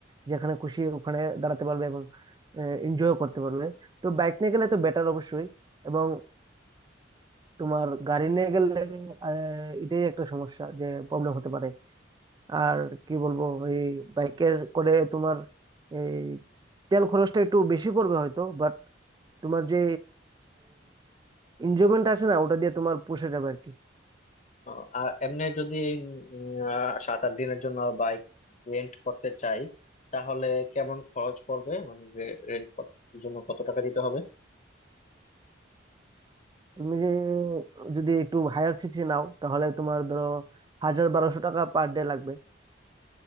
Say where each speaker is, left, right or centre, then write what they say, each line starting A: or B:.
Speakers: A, on the right; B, on the left.
A: যেখানে খুশি ওখানে দাঁড়াতে পারবে এবং এনজয় করতে পারবে তো বাইক নিয়ে গেলে তো বেটার অবশ্যই এবং তোমার গাড়ি নিয়ে গেলে আহ, এটাই একটা সমস্যা যে প্রবলেম হতে পারে আর কি বলবো এই বাইকের করে তোমার এই তেল খরচটা একটু বেশি পড়বে হয়তো তোমার যে এনজয়মেন্ট আসে না ওটা দিয়ে তোমার পুষে যাবে আর কি
B: আহ, আর এমনি যদি উম, আহ, সাত আট দিনের জন্য বাইক রেন্ট করতে চাই তাহলে কেমন খরচ পড়বে মানে রেন্ট জন্য কত টাকা দিতে হবে
A: তুমি যে যদি একটু হায়ার সিসি নাও তাহলে তোমার ধরো হাজার বারোশো টাকা পার ডে লাগবে